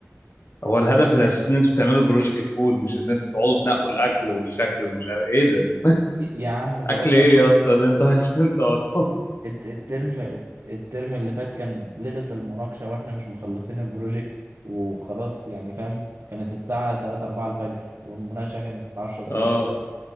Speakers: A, on the left; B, on the right.
A: هو الهدف الأساسي إن أنتوا تعملوا البروجكت كود مش إن أنتوا تقعدوا تنقوا الأكل والشكل ومش عارف إيه ده
B: ي- يا عم بقول
A: أكل إيه
B: لك
A: يا أسطى اللي أنتوا <laughs> عايزين تقعدوا
B: الت- الترم الت- الترم اللي فات كان ليلة المناقشة وإحنا مش مخلصين البروجكت وخلاص يعني فاهم كانت الساعة 3 4 الفجر والمناقشة كانت 10 الصبح
A: آه